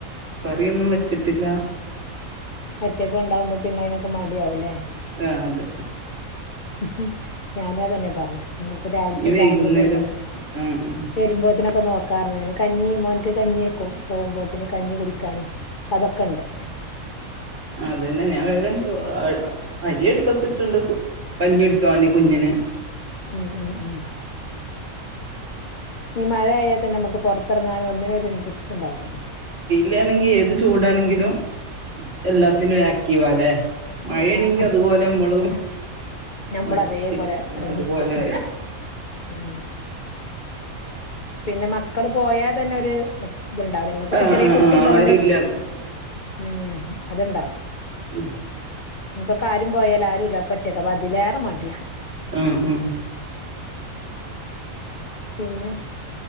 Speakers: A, on the right (about 60°); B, on the left (about 45°).
A: കറിയൊന്നും വെച്ചിട്ടില്ല
B: ഒറ്റൊക്ക്ണ്ടാകുമ്പോ പിന്നെ അയിനൊക്കെ മടിയാവൂല്ലേ
A: ആഹ് അതെ
B: ഹ്മ് ഞാനു അതന്നെ പറഞ്ഞെ ഇന്നിപ്പ രാവിലത്തെ
A: ഇനി വൈകുന്നേരം
B: ചായന്റെതും എല്ലണ്ട്
A: ആഹ്
B: വരുമ്പോത്തന് നോക്കാറ്ഞ്ഞ് കഞ്ഞി മോന്ക്ക് കഞ്ഞി പോ പോകുമ്പോത്തിന് കഞ്ഞി കുടിക്കാന് പ്പ അതൊക്കെണ്ട്
A: ആഹ് അതന്നെ ഞാൻ വേഗം ചോ അരി അടുപ്പത്തിട്ട്ണ്ട് കു കഞ്ഞി ടിക്കാൻ വേണ്ടി കുഞ്ഞിന്
B: ഉം ഉം ഉം ഈ മഴയായായ തന്നെ മ്മക്ക് പൊറത്തെറങ്ങാനും ഒന്നിനും ഒരു ഇൻട്രസ്റ്റ് ഉണ്ടാവുല്ലല്ലോ?
A: ലാന്നെങ്കി ഏത് ചൂടാണെങ്കിലും എല്ലാത്തിനും ആക്റ്റീവാല്ലേ? മഴയാണെങ്കി
B: ആ ആ ആ
A: അതുപോലെ നമ്മളും
B: നമ്മള്
A: മടിച്ചിരിക്കും
B: അതേപോലെ അടങ്ങിക്കും
A: അതുപോലെ
B: ഉം പിന്നെ മക് ക്കള് പോയാ തന്നൊര് ത്ണ്ടാവൂല ങ്ങക്ക്പ്പൊ
A: ആഹ്
B: ചെറിയ
A: ആഹ്
B: കുട്ടില്ലോണ്ട്
A: ആഹ് ആരുല്ലാതെ
B: ഉം അത്ണ്ടാവും
A: ഉം
B: എനിക്കൊക്കെ ആരും പോയാലും ആരും ഇല്ല അപ്പൊ ഒറ്റക്കെ അപ്പ അതിലേറെ മടിയാ
A: ഉം ഉം
B: പിന്നെ